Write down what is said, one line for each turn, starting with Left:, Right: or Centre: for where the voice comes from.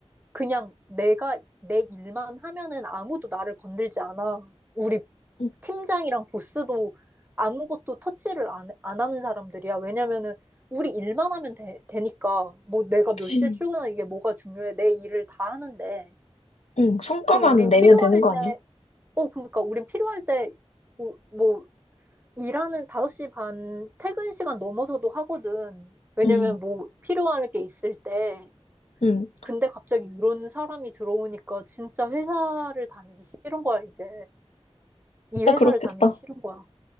Right: 그냥 내가 내 일만 하면은 아무도 나를 건들지 않아. 우리
Left: 응,
Right: 팀장이랑 보스도 아무것도 터치를 안, 안 하는 사람들이야. 왜냐면은 우리 일만 하면 되, 되니까 뭐 내가
Left: 그치.
Right: 몇 시에 출근하 이게 뭐가 중요해. 내 일을 다 하는데.
Left: 응, 성과만
Right: 그리고 우린
Left: 내면
Right: 필요할
Left: 되는 거
Right: 때,
Left: 아니야?
Right: 어, 그러니까 우린 필요할 때, 우- 뭐, 일하는 5시 반 퇴근 시간 넘어서도 하거든. 왜냐면
Left: 응.
Right: 뭐 필요할 게 있을 때.
Left: 응,
Right: 근데 갑자기 이런 사람이 들어오니까 진짜 회사를 다니기 싫은 거야, 이제. 이
Left: 진짜
Right: 회사를
Left: 그렇겠다.
Right: 다니기 싫은 거야.